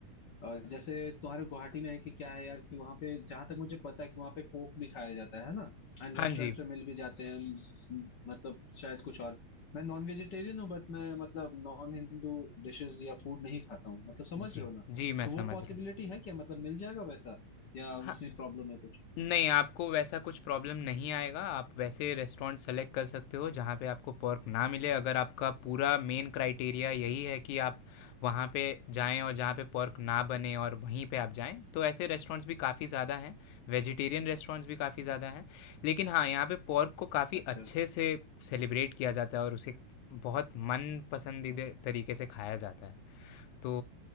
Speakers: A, on the left; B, on the left.
A: अ, जैसे तुम्हारे गुवाहाटी में है कि क्या है यार कि वहां पे जहां तक मुझे पता है कि वहां पे पोक भी खाया जाता है ना एंड
B: हाँ
A: रेस्टोरेंट
B: जी
A: से मिल भी जाते हैं and मतलब शायद कुछ और मैं नॉन वेजिटेरियन हूँ बट मैं मतलब नॉन हिंदू डिशेस या फूड नहीं खाता हूँ मतलब समझ
B: जी
A: रहे हो ना
B: जी मैं
A: तो
B: समझ
A: वो पॉसिबिलिटी
B: रहा हूँ
A: है क्या मतलब मिल जाएगा वैसा या
B: हाँ,
A: उसमें प्रॉब्लम है कुछ
B: नहीं, आपको वैसा कुछ प्रॉब्लम नहीं आएगा। आप वैसे रेस्टोरेंट सेलेक्ट कर सकते हो जहाँ पे आपको पोर्क ना मिले। अगर आपका पूरा मेन क्राइटेरिया यही है कि आप वहाँ पे जाएँ और जहाँ पे पोर्क ना बने और वहीं पे आप जाएँ, तो ऐसे रेस्टोरेंट्स भी काफ़ी ज़्यादा हैं। वेजिटेरियन रेस्टोरेंट्स भी काफ़ी ज़्यादा हैं। लेकिन हाँ, यहाँ पे पोर्क को काफ़ी
A: अच्छा
B: अच्छे से सेलिब्रेट किया जाता है और उसे बहुत मन पसंदीदा तरीके से खाया जाता है। तो